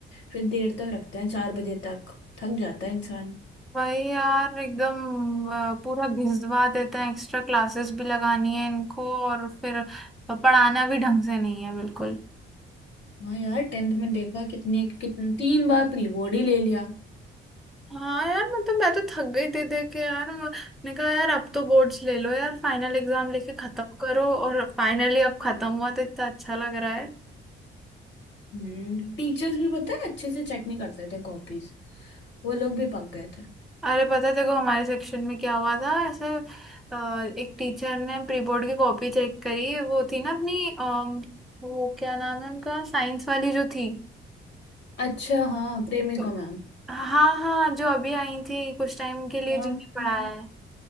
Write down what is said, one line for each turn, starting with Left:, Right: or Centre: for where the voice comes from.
Left: फिर देर तक रखते हैं चार बजे तक थक जाता है इंसान
Centre: वही यार एकदम अ, पूरा घिसवा देते हैं एक्स्ट्रा क्लासेस भी लगानी है इनको और फिर पढ़ाना भी ढंग से नहीं है बिल्कुल
Left: हाँ यार टेंथ में देखा कितने कितने तीन बार प्री बोर्ड ही ले लिया
Centre: हाँ यार मतलब मैं तो थक गई दे दे के यार मैंने कहा यार अब तो बोर्ड्स ले लो यार फाइनल एग्जाम लेके खत्म करो और फाइनली अब खत्म हुआ तो इतना अच्छा लग रहा है
Left: हम्म टीचर्स भी पता है अच्छे से चेक नहीं करते थे कॉपीज वो लोग भी पक गए थे
Centre: अरे पता है देखो हमारे सेक्शन में क्या हुआ था ऐसे अ, एक टीचर ने प्री बोर्ड की कॉपी चेक करी वो थी ना अपनी अम, वो क्या नाम है उनका साइंस वाली जो थी
Left: अच्छा हाँ प्रेमिका
Centre: तो-
Left: मैम
Centre: हाँ हाँ जो अभी आई थी कुछ टाइम के लिए
Left: हाँ
Centre: जिनने पढ़ाया
Left: हाँ
Centre: है